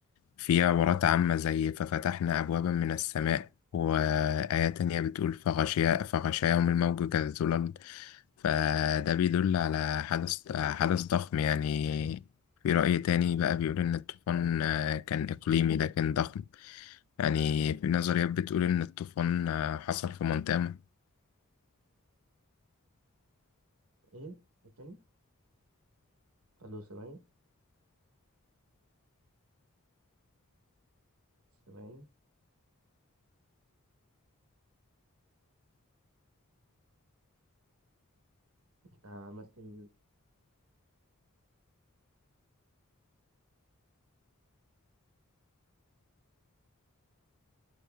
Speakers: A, on the left; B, on the right.
A: في عبارات عامة زي ففتحنا أبوابا من السماء وآية تانية بتقول فغشيا فغشاهم الموج كالظلل فده بيدل على حدث حدث ضخم يعني في رأي تاني بقى بيقول إن الطوفان آه، كان إقليمي لكن ضخم يعني في نظريات بتقول إن الطوفان آه، حصل في مونتانا
B: إيه؟ التاني؟ ألو سامعني؟ سامعني؟ أنت عملت ميوت